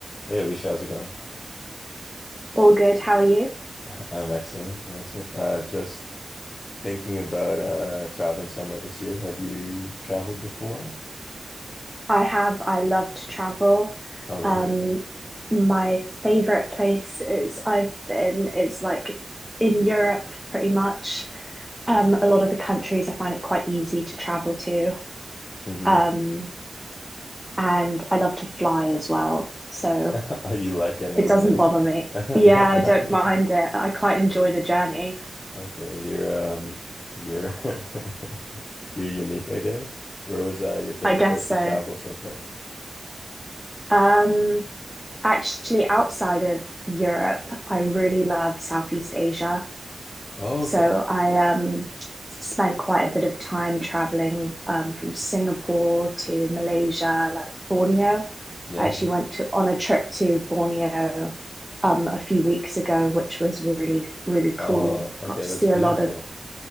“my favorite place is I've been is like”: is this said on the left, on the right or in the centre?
Centre